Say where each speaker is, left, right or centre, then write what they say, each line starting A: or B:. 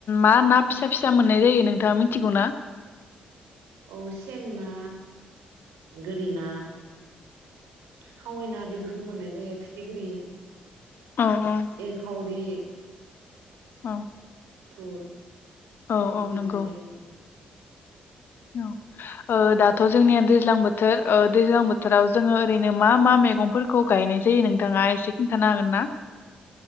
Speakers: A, on the left (about 55°); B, on the right (about 75°).
A: मा ना फिसा फिसा मोननाय जायो नोंथाङा मिथिगौ ना
B: औ सें ना गोरि ना खावै ना बेफोरखौ मोननाय जायो फिथिग्रि
A: औ औ
B: एंखावरि
A: औ
B: थुर
A: औ
B: बेखौ
A: औ
B: मोननाय
A: नंगौ
B: जायो।
A: औ ओ दाथ' जोंनिया दैज्लां बोथोर ओ दैज्लां बोथोराव जोंङो ओरैनो मा मा मैगंफोरखौ गायनाय जायो नोंथाङा एसे खिन्थानो हागोन ना।